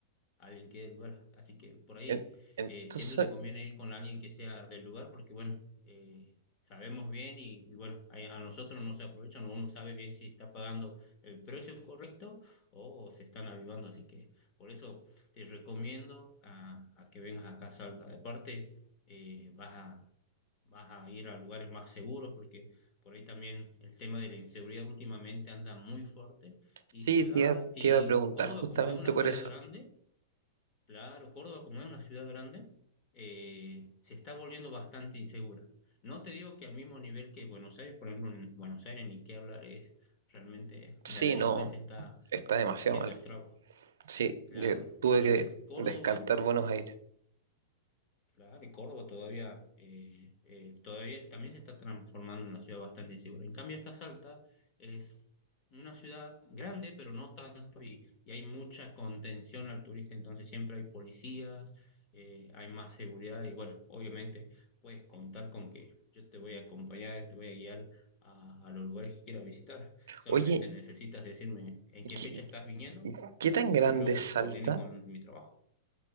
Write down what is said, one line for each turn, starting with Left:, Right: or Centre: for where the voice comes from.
Left: alguien que es del lugar. Así que por ahí
Right: En- Entonces,
Left: eh, siempre te conviene ir con alguien que sea del lugar porque, bueno, eh, sabemos bien y, y bueno, a, a nosotros no se aprovechan uno sabe bien si está pagando el precio correcto o, se están avivando. Así que por eso te recomiendo a, a que vengas acá a Salta. Aparte, eh, vas a vas a ir a lugares más seguros, porque por ahí también el tema de la inseguridad últimamente anda muy fuerte. Y
Right: sí,
Left: ciudad,
Right: te iba,
Left: y
Right: te iba a preguntar
Left: Córdoba,
Right: justamente
Left: como es una
Right: por
Left: ciudad
Right: eso.
Left: grande, claro, Córdoba, como es una ciudad grande, eh, se está volviendo bastante insegura. No te digo que al mismo nivel que Buenos Aires, por ejemplo, en Buenos Aires ni qué hablar, es realmente
Right: Sí,
Left: la delincuencia
Right: no,
Left: está
Right: está demasiado
Left: haciendo
Right: malo.
Left: estragos.
Right: Sí,
Left: Claro,
Right: de- tuve
Left: entonces
Right: que
Left: Córdoba
Right: descartar Buenos Aires.
Left: Claro, y Córdoba todavía, eh, eh, todavía también se está transformando en una ciudad bastante insegura. En cambio, acá Salta es una ciudad grande, pero no tanto, y, y hay mucha contención al turista, entonces siempre hay policías, eh, hay más seguridad, y bueno, obviamente puedes contar con que yo te voy a acompañar, te voy a guiar a, a los lugares que quieras visitar. Solamente
Right: Oye,
Left: necesitas decirme en qué
Right: ¿qué,
Left: fecha estás viniendo
Right: qué
Left: para
Right: tan
Left: que,
Right: grande
Left: bueno, yo
Right: es Salta?
Left: coordine con mi trabajo.